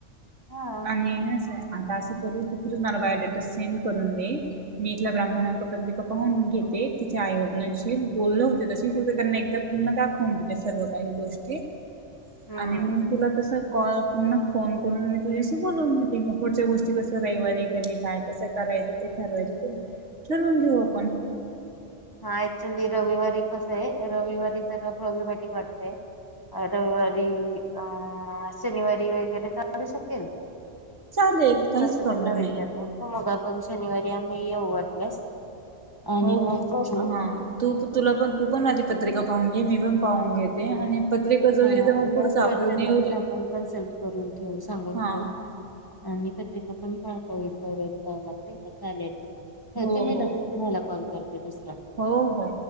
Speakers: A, on the left; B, on the right.
A: हा
B: आणि अस आता असं करू तू खुच मला बायोडेट सेंड करून दे मी इथल्या ब्राह्मणा आला की पत्रिका पाहून घेत ते तिच्या आई वडिलांशी बोलण होते तशी करते त्यांना एकदा पुन्हा दाखव. वून देते सर्व काही गोष्टी
A: हम्म.
B: आणि मग तुला तस कॉल पुन्हा फोन करून मी तुझ्याशी बोलवून घेते मग पुढच्या गोष्टी कस रविवारी कधी काय कसं करा च ते ठरवायचं ते ठरवून घेऊ आपण.
A: हा ऍक्च्युली रविवारी कस आहे रविवारी जरा प्रॉब्लेमॅटिक वाटतय. रविवारी अं शनिवारी वगैरे चालू शकेल.
B: चालेल काहीच
A: तस त्यांना
B: प्रॉब्लेम
A: विचारलं
B: नाही
A: मग पण शनिवारी आम्ही येऊ वाटल्यास आणि
B: हो
A: मग. बघू
B: हा तू तुला पण तू पण माझी पत्रिका पाहून घे मी पण पाहून घेेते आणि पत्रिका जुळली
A: हा
B: तर मग
A: आणि
B: पुढचं आपलं
A: घरच्यांना
B: नियोजन
A: पण आपण कन्सल्ट करून ठेवु सांगून
B: हा
A: ठेऊ. आणि पत्रिका पण पाहता येईल तेवढ्या टाईमात नाही का चालेल. करते
B: हो
A: मी
B: हो
A: लगेच तुम्हाला कॉल. करते दुसरा.
B: हो. हो.